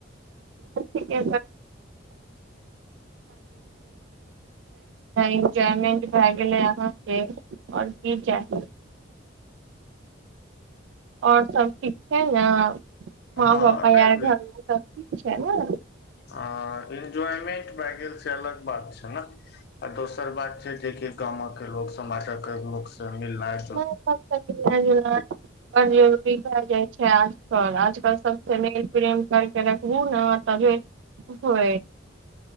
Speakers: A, on the right; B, on the left.
A: ह जीवी <unintelligible> इन्जॉयमेंट भए गेलै अहाँ के और की जा <unintelligible> आओर सब ठीक छै ने माँ
B: हँ
A: पापा
B: नहि
A: आर घरमे सब ठीक छै ने
B: हँ एन्ज्वयमेंट भए गेल छै अलग बात छै न आ दोसर बात छै कि गामव के लोक समाचक लोक स मिलनाय
A: नहि सब <unintelligible> ओ जरूरी भए जाइ छै आजकल आजकल सबसे मेल प्रेम करके रख <unintelligible> ओ ने तब होय